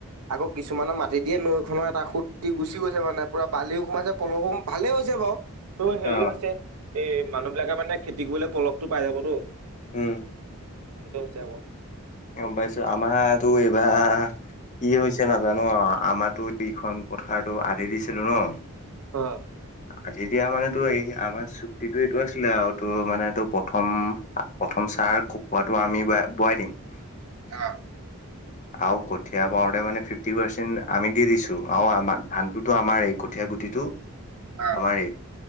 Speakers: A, on the right; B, on the left.
A: আকৌ কিছুমানৰ মা <unintelligible> কাষেদিয়ে নৈখনৰ এটা সোতদি গুচি গৈছে মানে পুৰা বালিও সোমাইছে পলসো ভালেই হৈছে বাৰু। ত' হেৰি
B: অ',
A: হৈছে এই মানুহ বিলাকে মানে খেতি কৰিলে পলসটো পাই যাবতো।
B: উম,
A: সেইটো হৈছে আকৌ।
B: গম পাইছো আমাৰতো এইবাৰ কি হৈছে নাজানো আৰু আমাৰতো ইখন পথাৰতো আধি দিছিলো ন।
A: অ,
B: আধি দিয়া মানেটো এই আমাৰ চুক্তিটো এইটো আছিলে আৰু তোৰ মানে এইটো প্ৰথম প্ৰথম চাৰ কুকুৰাটো আমি বোৱাই দিম। <unintelligible>
A: অ',
B: আৰু কঠীয়া পাওঁতে মানে ফিফটি পাৰ্চেণ্ট আমি দি দিছো আৰু আমাৰ ধানটোতো আমাৰ এই কঠীয়া গুটিটো।
A: অ',
B: আমাৰেই